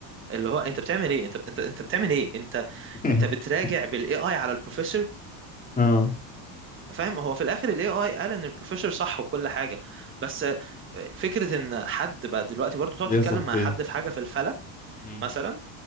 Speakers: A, on the right; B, on the left.
A: اللي هو انت بتعمل ايه انت انت انت بتعمل ايه انت
B: <laughs>
A: انت بتراجع بالاي اي على البروفيسور
B: اه
A: فاهم هو في الاخر الاي اي قال ان البروفيسور صح وكل حاجه بس آه، فكره ان حد بقى دلوقتي برضه تقعد
B: بيثق
A: تتكلم مع
B: فيه
A: حد في حاجه في الفلك
B: امم
A: مثلا